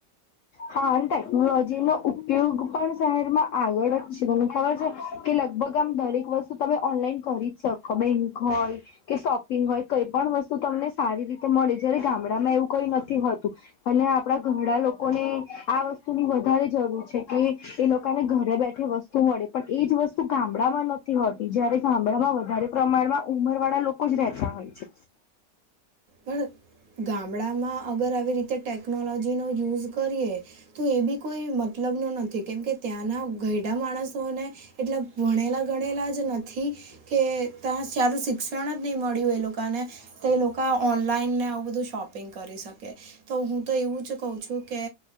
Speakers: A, on the left; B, on the right.
A: હા અને ટેકનોલોજી નો ઉપયોગ પણ, શહેરમાં આગળ જ છે તને ખબર છે. કે લગભગ આમ, દરેક વસ્તુ તમે ઓનલાઈન કરી જ શકો બેંક હોય કે શોપિંગ હોય, કઈ પણ વસ્તુ તમને સારી રીતે મળે જય્યારે ગામડામાં એવું કઈ નથી હોતું. અને આપડા ઘરડા લોકોને, આ વસ્તુની વધારે જરૂર છે, કે એ લોકોને ઘરે બેઠે વસ્તુ શું મળે પણ એ જ વસ્તુ ગામડામાં નથી હોતી, જયારે ગામડામાં વધારે પ્રમાણમાં ઉમર વાળા લોકો જ રેતા હોય છે.
B: પણ ગામડામાં અગર આવી રીતે ટેકનોલોજીનો યુઝ કરીએ. તો એ બી કોઈ મતલબ ન નથી, કેમકે ત્યાંના ઘયડા માણસોને એટલે ભણેલા ગણેલા જ નથી. કે તા સારું શિક્ષણ જ નહી મળ્યું, એ લોકોને તો એ લોકો ઓનલાઈનને આવું બધું શોપિંગ કરી શકે તો, હું તો એવું જ કહું છું કે